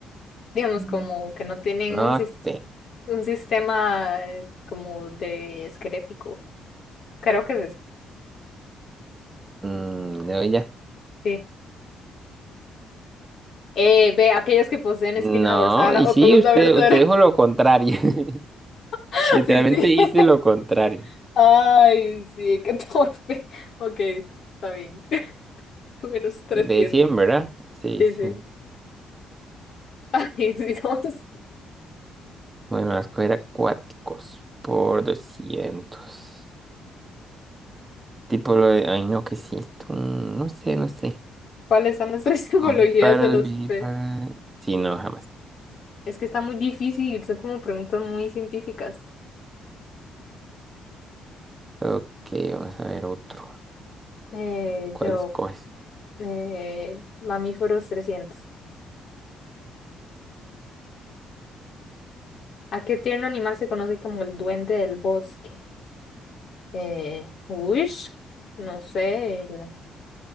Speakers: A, on the left; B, on the right.
A: digamos,
B: Mm.
A: como que no tienen
B: No
A: un, sis-
B: sé.
A: un sistema eh, como de esquelético. Creo que es eso,
B: Mm, no, ya.
A: sí. Eh, ve, aquellos que poseen
B: No,
A: espina dorsal
B: y
A: o
B: sí,
A: columna
B: usted,
A: vertebral.
B: usted dijo lo contrario. <laughs>
A: <laughs>
B: Literalmente
A: Sí, sí.
B: hice
A: <laughs>
B: lo contrario.
A: Ay, sí, qué torpe. Ok, está bien. <laughs> Menos trescientos
B: De cien ¿verdad? Sí,
A: Sí,
B: sí.
A: sí. <laughs> Ay, Dios.
B: Bueno, voy a escoger acuáticos por doscientos Tipo lo de... Ay, no, ¿qué es esto? Mm, No sé, no sé.
A: ¿Cuáles son las tres <laughs> simbologías
B: Ovíparos,
A: de los
B: vivíparos...
A: peces?
B: Sí, no, jamás.
A: Es que está muy difícil, son como preguntas muy científicas.
B: Ok, vamos a ver otro.
A: Eh,
B: ¿Cuál
A: yo,
B: escoges?
A: eh, mamíferos trescientos ¿A qué tierno animal se conoce como el duende del bosque? Eh, uish no sé, el,